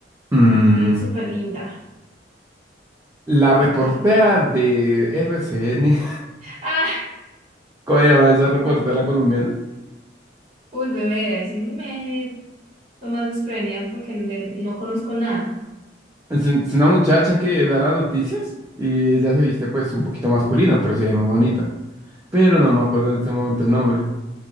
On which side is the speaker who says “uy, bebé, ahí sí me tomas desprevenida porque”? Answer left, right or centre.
Right